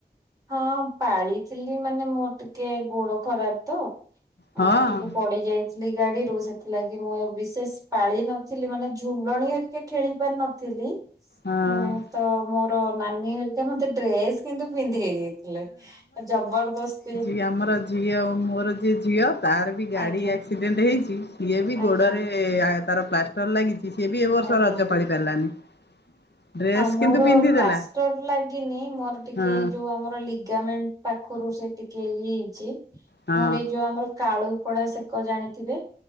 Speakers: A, on the right; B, on the left.
A: ହଁ ପାଳିଥିଲି ମାନେ ମୋର ଟିକେ ଗୋଡ ଖରାପ୍ ତ।
B: ହଁ
A: ଅଁ
B: ହଁ।
A: ଟିକେ ପଡି ଯାଇଛି। ଗାଡିରୁ ସେଥିଲାଗି ମୁଁ ବିଶେଷ ପାଳି ନଥିଲି ମାନେ ଝୁଣ୍ଡଣି ହେକି ଖେଳି ପାରି ନଥିଲି।
B: ହଁ
A: ମୁଁ ତ ମୋର ନାନୀ ହେରିକା ମତେ ଡ୍ରେସ୍ କିନ୍ତୁ। ଦେଇ ଦେଇଥିଲେ ଜବରଦସ୍ତି।
B: ଏଇ ଆମର ଝିଅ ମୋର ଯିଏ ଝିଅ ତାର ବି ଗାଡି
A: ଆଜ୍ଞା
B: ଆକ୍ସିଡେଣ୍ଟ୍ ହେଇଛି ସିଏ ବି
A: ଆଜ୍ଞା
B: ଗୋଡରେ। ଇଏ ତାର ପ୍ଲାଷ୍ଟର ଲାଗିଛି ସିଏ ବି ଏବ ବର୍ଷ
A: ଆଜ୍ଞା
B: ରଜ ପାଳି ପାରିଲାନି। ଡ୍ରେସ୍
A: ହଁ ମୋର
B: କିନ୍ତୁ ପିନ୍ଧିଦେଲା
A: ପ୍ଲାଷ୍ଟର ଲାଗିନି ମୋର ଟିକେ
B: ହଁ
A: ଏଇ ଯୋଉ ଆମର ଲି ଲିଗାମେଣ୍ଟ୍ ପାଖରୁ ସେ ଟିକେ ଇ ହେଇଛି
B: ହଁ
A: ମୋର ଏ ଯୋଉ ଆମର କାଳୁ। ପୋଡା ସେକ ଜାଣିଥିଲେ।